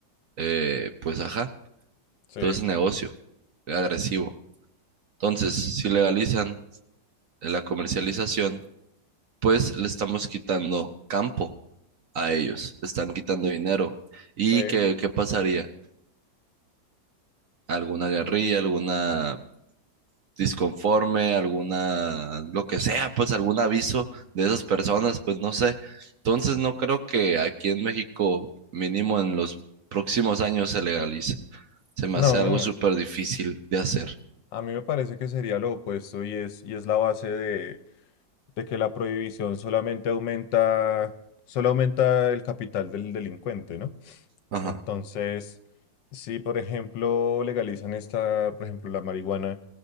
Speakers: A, on the right; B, on the left.
A: eh, pues ajá,
B: Sí,
A: todo ese negocio agresivo. Entonces, si legalizan la comercialización, pues le estamos quitando campo a ellos, le están quitando dinero. ¿Y
B: sí.
A: qué, qué pasaría? ¿Alguna guerrilla, alguna disconforme, alguna, lo que sea, pues algún aviso de esas personas? Pues no sé. Entonces no creo que aquí en México, mínimo en los próximos años, se legalice. Se me
B: No,
A: hace algo súper difícil de hacer.
B: a mí me parece que sería lo opuesto y es, y es la base de, de que la prohibición solamente aumenta, solo aumenta el capital del delincuente, ¿no?
A: Ajá,
B: Entonces, si por ejemplo legalizan esta, por ejemplo, la marihuana